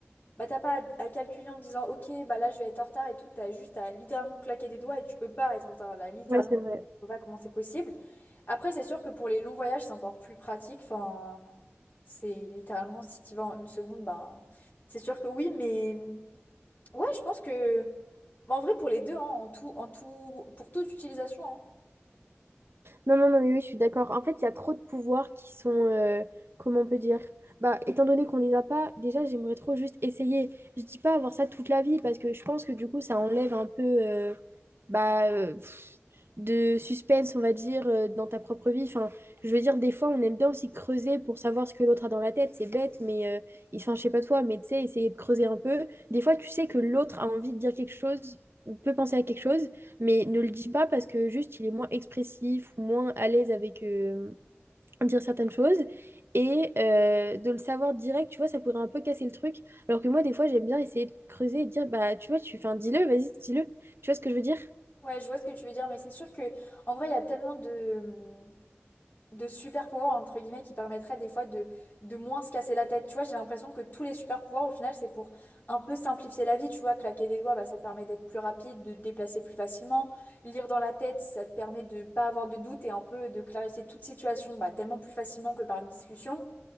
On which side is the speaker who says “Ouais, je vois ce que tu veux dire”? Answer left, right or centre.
Left